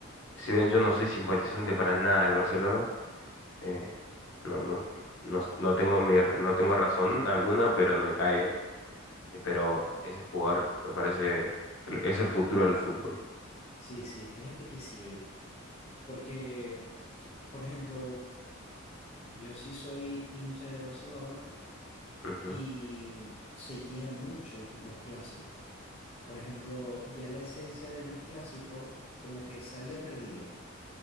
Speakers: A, on the left; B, on the left.
A: Si bien yo no soy simpatizante para nada del Barcelona, eh, no, no, no, no tengo mi, r- no tengo razón alguna, pero no me cae bien. Eh, Pero ese jugador me parece, que es el futuro del fútbol.
B: Sí, sí, fíjate que sí, oí. porque, por ejemplo, yo sí soy hincha del Barcelona,
A: Ujú.
B: y seguía muchos los clásicos. Por ejemplo, ya la esencia de los clásicos como que se había perdido,